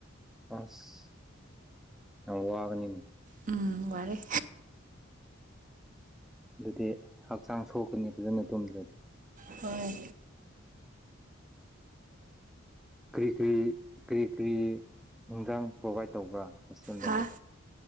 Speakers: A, in the centre; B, on the right (about 40°).
A: ꯍ ꯋꯥꯒꯅꯤ ꯎ
B: ꯎꯝ ꯋꯥꯔꯦ
A: ꯑꯗꯨꯗꯤ ꯍꯛꯆꯥꯡ ꯁꯣꯛꯀꯅꯤ ꯐꯖꯅ ꯇꯨꯝꯗ꯭ꯔꯗꯤ
B: ꯍꯣꯏ
A: ꯀꯔꯤ ꯀꯔꯤꯔꯤ ꯍꯤꯟꯖꯥꯡ ꯄ꯭ꯔꯣꯚꯥꯏꯠ ꯇꯧꯕ꯭ꯔꯥ ꯍꯣꯁꯇꯦꯜꯗꯗꯤ
B: ꯍꯥ